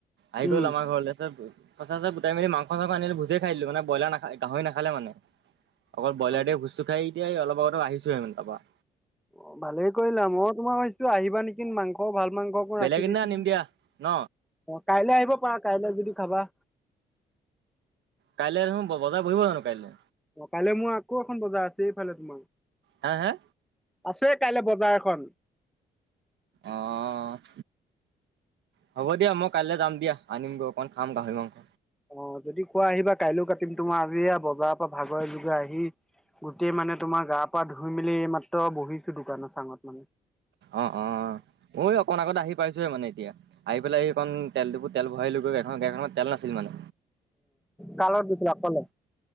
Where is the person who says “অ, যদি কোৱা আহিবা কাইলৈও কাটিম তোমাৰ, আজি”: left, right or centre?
Centre